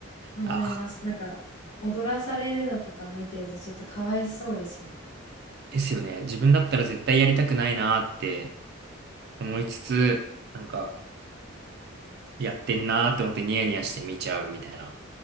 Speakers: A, on the left (about 80°); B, on the right (about 50°).
A: 思います。
B: あー
A: なんか、踊らされるのとか見てるとちょっとかわいそうですよね。
B: ですよね。自分だったら絶対やりたくないなーって思いつつ、なんか、やってんなーって思ってニヤニヤして見ちゃうみたいな。